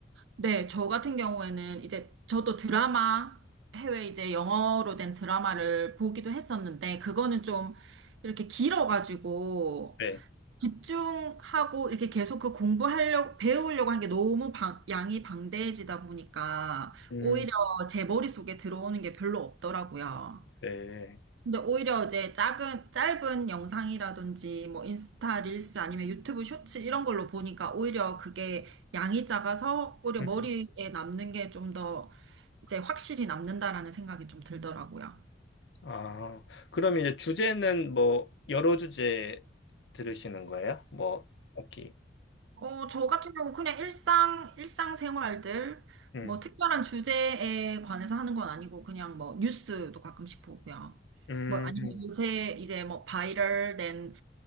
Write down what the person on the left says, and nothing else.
네.
음,
네.
음.
아, 그럼 이제 주제는 뭐 여러 주제 들으시는 거예요? 뭐 딱히.
음,
음,